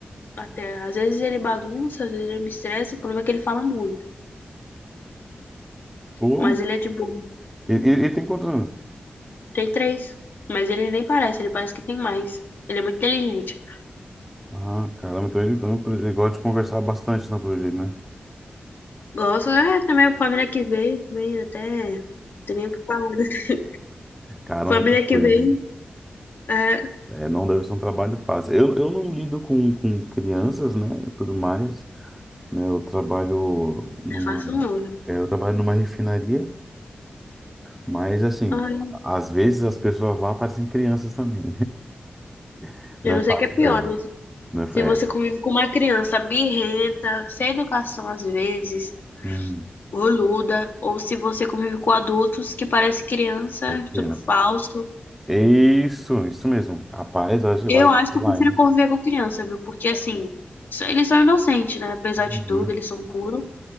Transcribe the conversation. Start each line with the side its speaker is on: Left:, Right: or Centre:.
Left: até. Às vezes ele bagunça, às vezes ele me estressa, o problema é que ele fala muito.
Centre: Pô,
Left: Mas ele é de boa.
Centre: e, e- e tem quantos anos?
Left: Tem três. Mas ele nem parece, ele parece que tem mais. Ele é muito inteligente.
Centre: Ah, caramba, então ele, então ele gosta de conversar bastante, não, pelo jeito, né?
Left: Gosto, é, também a família que veio, também até. Não Tem nem o que falar. <laughs>
Centre: Caramba,
Left: Família
Centre: que
Left: que
Centre: coisa,
Left: veem,
Centre: hein?
Left: é, não
Centre: É, não deve ser um trabalho fácil. Eu, eu não lido com, com crianças, né, tudo mais, né, eu trabalho numa,
Left: é fácil não.
Centre: é, eu trabalho numa refinaria, mas, assim,
Left: Ai,
Centre: às vezes as pessoas lá parecem crianças também, <laughs>
Left: eu
Centre: não é
Left: não
Centre: fácil,
Left: sei o que é pior,
Centre: é,
Left: né?
Centre: não é,
Left: Se você
Centre: é,
Left: convive com uma criança birrenta, sem educação às vezes,
Centre: hum,
Left: boluda, ou se você convive com adultos que parece criança,
Centre: parece criança.
Left: tudo falso.
Centre: Isso, isso mesmo. Rapaz, eu acho que
Left: Eu
Centre: vai
Left: acho que eu
Centre: lá,
Left: prefiro
Centre: hein.
Left: conviver com criança, viu? Porque assim, só- eles são inocentes, né? Apesar de
Centre: Uhum.
Left: tudo, eles são puros.